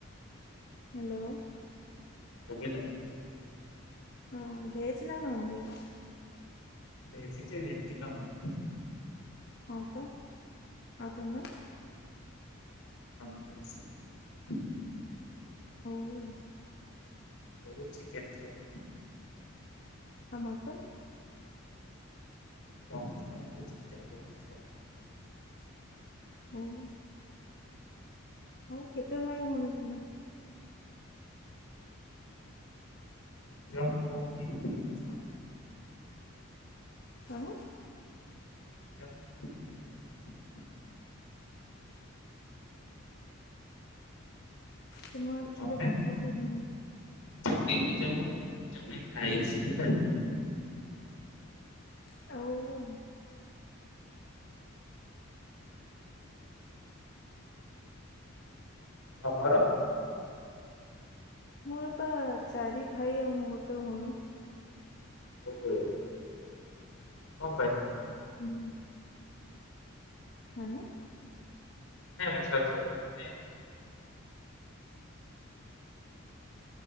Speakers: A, on the left; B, on the left.
A: hello.
B: ଶୁଭିଲା?
A: ହଁ ଭେଜ୍ ନା ନନ୍ ଭେଜ୍?
B: ଭେଜିଟେରିୟାନ କି ତମେ?
A: ହଁ ପା ଆଉ ତମେ?
B: <unintelligible>
A: ହଉ।
B: ବହୁତ୍ ଚିକେନ୍ ଖାଏ।
A: ଆଉ ମଟନ୍?
B: କମ୍ ଖାଏ ହେଲେ ଚିକେନ ବହୁତ ଖାଏ।
A: ହଉ। ଆଉ କେତେ ଭାଇ ଭଉଣୀ ତୁମେ?
B: ନିଜ ଭଉଣୀ ଦିଜଣ
A: କଣ?
B: <unintelligible> ଭାଇ
A: ତୁମର
B: ଆଉ
A: ଆକ୍ଚୁଆଲି
B: ତମେ
A: କଥା ଶୁୁବୁନି?
B: ମୁଁ ତିନି ଜଣ ଭଉଣୀ ଜଣେ ଭାଇ <unintelligible>
A: ଆଉ
B: ତମର?
A: ମୋରପା ଚାରି ଭାଇ ଆଉ ମୁଁ ଗୋଟେ ଭଉଣୀ।
B: ଓହୋ। କଁ ପାଇଁ?
A: ହୁଁ। ମାନେ।
B: ଏ ସରି ସରି ମାନେ